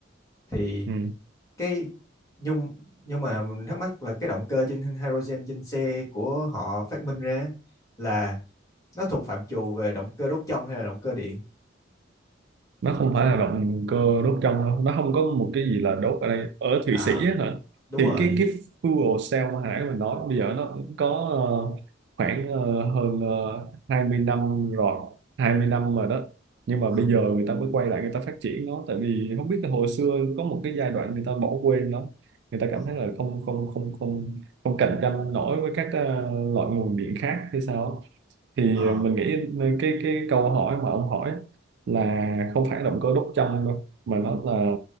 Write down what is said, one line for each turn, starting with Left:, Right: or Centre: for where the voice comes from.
Left: Thì
Right: ừ.
Left: cái nhưng nhưng mà mình thắc mắc là cái động cơ trên hydrogen trên xe của họ phát minh ra là nó thuộc phạm trù về động cơ đốt trong hay là động cơ điện?
Right: nó không phải là động cơ đốt trong đâu nó không có một cái gì là đốt ở đây ở Thụy
Left: À,
Right: Sĩ á hả
Left: đúng
Right: thì
Left: rồi.
Right: cái cái fuel cell mà hồi nãy mình nói bây giờ nó cũng có ờ, khoảng ờ, hơn uh, 20 năm rồi 20 năm rồi đó nhưng mà
Left: Ờ,
Right: bây giờ người ta mới quay lại người ta phát triển nó tại vì không biết là hồi xưa có một cái giai đoạn người ta bỏ quên nó người ta
Left: ờ.
Right: cảm thấy là không không không không không cạnh tranh nổi với các ờ, loại nguồn điện khác hay sao á thì
Left: Ờ.
Right: ờ, mình nghĩ cái cái câu hỏi mà ông hỏi là không phải động cơ đốt trong đâu mà nó là